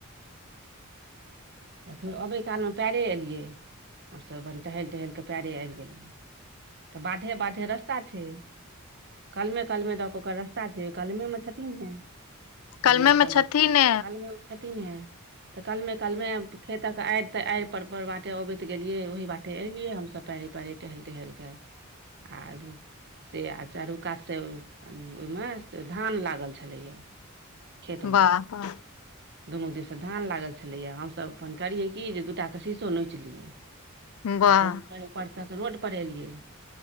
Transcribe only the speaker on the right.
एखन अबैए कालमे पैरे एलियै। हमसभ टहलि-टहलि कऽ पैरे आबि गेलियै, तऽ बाँधहि-बाँधहि रास्ता छै। काल्हिमे-काल्हिमे दऽ कऽ ओकर रास्ता छै, काल्हिमे छथिन हे।
आमके
कलम
छै,
कालमेमे छथिन हे। तऽ कलमे-कलमे खेतक आड़ ते आड़ पर-पड़ बाटे अबैत गेलियै, ओहि बाटे। एलियै हम सभ पैरे पैरे टहल टहल कऽ आ से आ चारू कात सँ ओहि में से धान लागल छलैया खेत में
दुनू दिन से धान लागल छलैया हम सभ अपन करियै कि जे दू टा के शीशो नोचि लियै
आ तऽ ऊपरसँ रोड पर एलियै